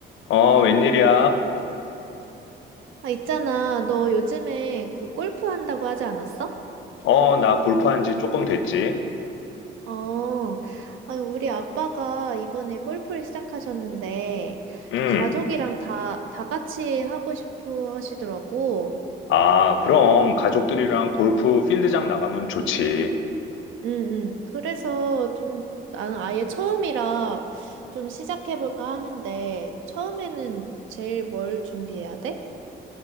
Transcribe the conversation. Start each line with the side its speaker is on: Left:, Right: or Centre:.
Left: 어, 웬일이야?
Right: 아, 있잖아. 너 요즘에 그 골프 한다고 하지 않았어?
Left: 어, 나 골프한 지 조금 됐지.
Right: 어, 아니, 우리 아빠가 이번에 골프를 시작하셨는데,
Left: 음.
Right: 가족이랑 다, 다 같이 하고 싶어 하시더라고.
Left: 아, 그럼 가족들이랑
Right: 응,
Left: 골프 필드장 나가면 좋지.
Right: 응, 응. 그래서 좀, 나는 아예 처음이라 좀 시작해볼까 하는데, 처음에는 제일 뭘 준비해야 돼?